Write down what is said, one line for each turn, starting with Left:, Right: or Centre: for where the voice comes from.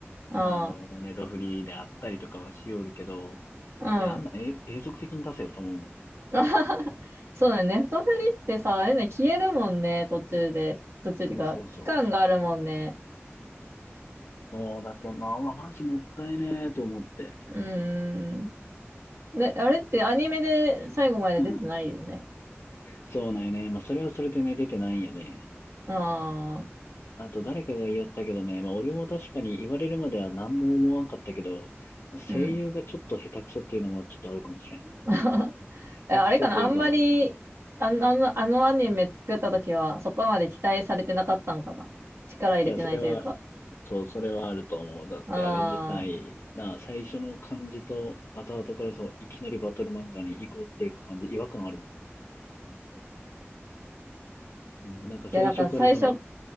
Right: あ
Left: あの、ネットフリであったりとかはしおるけど、
Right: あ、
Left: いや、あんなえ永続的に出せよと思うもん。
Right: うん。<laughs> そうだね。ネットフリってさ、あれね、消えるもんね、途中で。途中っていうか、
Left: そうそうそう。
Right: 期間があるもんね。
Left: そうだけどな、うわマジもったいねーと思って。
Right: うーん。ね、あれってアニメで最後まで出てないよね。
Left: うん。そうなんよね。まあ、それはそれでね、出てないんよね。
Right: ああ、
Left: あと誰かが言おったけどね、まあ俺も確かに言われるまでは何も思わんかったけど、声優がちょっと下手くそっていうのもちょっとあるかもしれん。
Right: うん。<laughs> えあれかな、
Left: 下手くそというか、
Right: あんまり、あの、あの、あのアニメ作った時は、そこまで期待されてなかったんかな。力入れてないというか。
Left: いや、それは、そう、それはあると思う。だってあれ自体、
Right: ああ。い
Left: な、最初の感じと後々からそう、いきなりバトル漫画に移行していく感じ、違和感あるもん。うん、なんか最初からその
Right: や、なんか最初